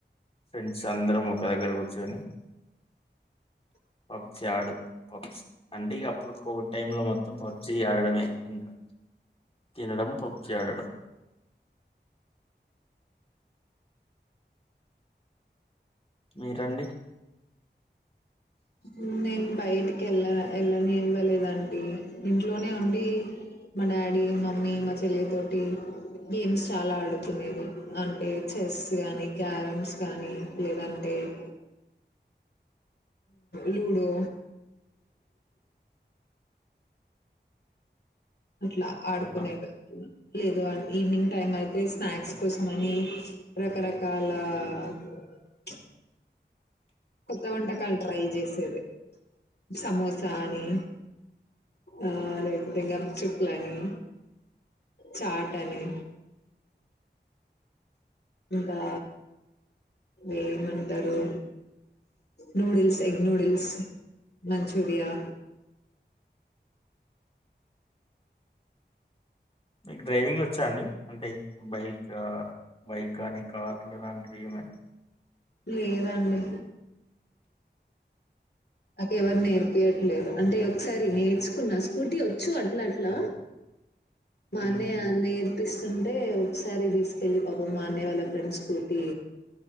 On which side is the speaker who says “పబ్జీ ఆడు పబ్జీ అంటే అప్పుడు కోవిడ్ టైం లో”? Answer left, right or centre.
Left